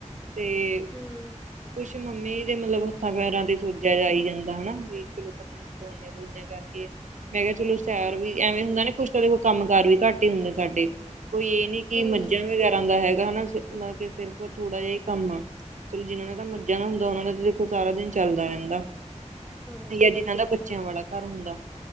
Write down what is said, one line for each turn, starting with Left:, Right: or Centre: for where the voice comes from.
Right: ਤੇ
Centre: ਹੂੰ
Right: ਕੁਛ ਮੰਮੀ ਦੇ ਮਲਬ ਹੱਥਾਂ ਪੈਰਾਂ ਤੇ ਸੋਜਾ ਜਾ ਆਈ ਜਾਂਦਾ ਹਨਾ ਵੀ ਪਤਾ ਨੀ ਦਵਾਈਆਂ ਦਵੂਈਆਂ ਕਰਕੇ। ਮੈਂ ਕਿਹਾ ਚਲੋ ਸੈਰ ਵੀ ਐਵੇਂ ਹੁੰਦਾ ਨਾ ਕੁਛ ਤਾਡੇ ਕੋ ਕੰਮ ਕਾਰ ਵੀ ਘੱਟ ਈ ਹੁੰਦਾ ਸਾਡੇ। ਕੋਈ ਐ ਨੀ ਕਿ
Centre: ਹੂੰ
Right: ਮੱਝਾਂ ਵਗੈਰਾ ਦਾ ਹੈਗਾ ਹਨਾ ਸ ਮਤ ਕਿ ਸਿਰਫ ਥੋੜਾ ਜਾ ਈ ਕੰਮ ਆ। ਚਲੋ ਜਿਨਾਂ ਨੇ ਤਾਂ ਮੱਝਾਂ ਦਾ ਹੁੰਦਾ ਓਨਾਂ ਨੇ ਤੇ ਦੇਖੋ ਸਾਰਾ ਦਿਨ ਚੱਲਦਾ ਰਹਿੰਦਾ।
Centre: ਹਾਂਜੀ
Right: ਯਾ ਜਿਨਾਂ ਦਾ ਬੱਚੇਆਂ ਵਾਲਾ ਘਰ ਹੁੰਦਾ।